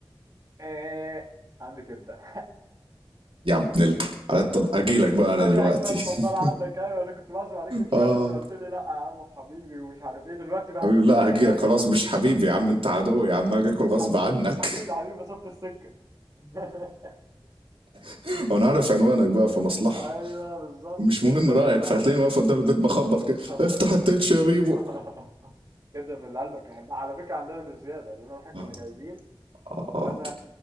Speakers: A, on the right; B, on the right.
A: هي؟ عندي كبده <laughs>
B: يا ابن ال على الطن... اجيلك بقى انا
A: تاني
B: دلوقتي
A: اكله مفضله
B: <laughs>
A: عندك ايوه انا كنت بعزم عليك من شويه
B: اه
A: وانت قلت لي لا يا عم حبيبي ومش عارف ايه دلوقتي بهز
B: حبيبي
A: <laughs>
B: لا هجيلك خلاص مش حبيبي يا عم انت عدوي يا عم هاجي اكل غصب
A: حبيبي
B: عنك
A: حبيبي حبيبي مسافه السكه <laughs>
B: <laughs> وانا عارف عنوانك بقى في مصلحه
A: ايوه بالظبط
B: مش
A: وكبده
B: مهم رايك
A: ايه لا
B: فهتلاقيني واقف قدام البيت بخبط كده
A: كبده
B: افتح التتش يا بيبو
A: <laughs> <laughs> كبده من اللي قلبك يحبها على فكره عندنا بالزياده لان احنا كنا
B: اه
A: جايبين
B: اه
A: وانا